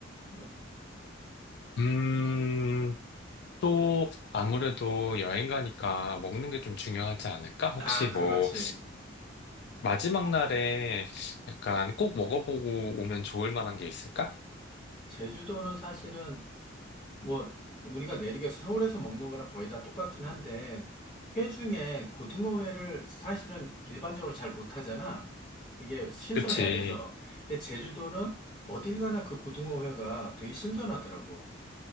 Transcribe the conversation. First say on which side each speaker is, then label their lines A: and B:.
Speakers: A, on the left; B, on the left.
A: 네.
B: 음, 또 아무래도 여행 가니까 먹는 게 좀 중요하지 않을까? 혹시
A: 아,
B: 뭐,
A: 그렇지.
B: 마지막 날에 약간 꼭 먹어보고 오면 좋을 만한 게 있을까?
A: 제주도는 사실은 뭐 우리가 내륙에서 서울에서 먹는 거랑 거의 다 똑같긴 한데 회 중에 고등어회를 사실은 일반적으로 잘 못하잖아. 이게 신선해야
B: 그치.
A: 돼서. 근데 제주도는 어딜 가나 그 고등어회가 되게 신선하더라고.